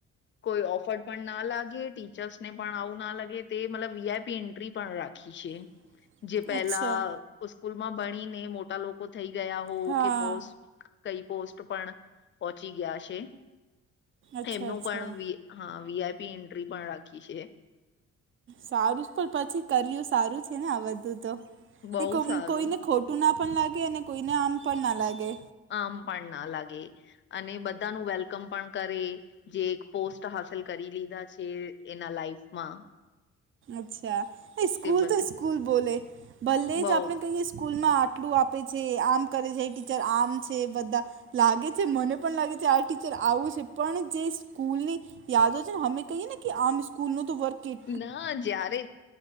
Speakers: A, on the left; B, on the right.
A: કોઈ ઓફર પણ ના લાગે ટીચર્સ ને પણ આવું ના લાગે તે મતલબ વીઆઈપી એન્ટ્રી પણ રાખી છે
B: <inaudible>
A: જે પેલા
B: અચ્છા
A: સ્કૂલમાં ભણીને મોટા લોકો થઈ ગયા હો
B: હા
A: કે પોસ્ટ કઈ પોસ્ટ પણ પહોચી ગયા છે
B: અચ્છા
A: એમનું
B: અચ્છા
A: પણા વીઆઈપી એન્ટ્રી પણ રાખી છે
B: સારું જ પણ પછી કર્યું સારું છે ને આ બધું તો
A: બહુ
B: એ
A: સારું
B: કોઈને ખોટું ના પણ લાગે અને કોઈને આમ પણ ના લાગે
A: આમ પણ ના લાગે અને બધાનું વેલકમ પણ કરે જે એક પોસ્ટ હાસલ કરી લીધા છે એના લાઈફમાં
B: અચ્છા સ્કૂલ
A: તે બધું
B: તો સ્કૂલ બોલે ભલ્લે
A: બઉ
B: જ આપને કહીએ સ્કૂલમાં આટલું આપે છે આમ કરે છે ટીચર આમ છે એ બધા લાગે છે મને પણ લાગે છે આ ટીચર આવું છે પણ જે સ્કૂલ ની યાદો છે ને અમે કહીએ ને કે આમ સ્કૂલ ન તો વર્ક કેટ
A: ના જ્યારે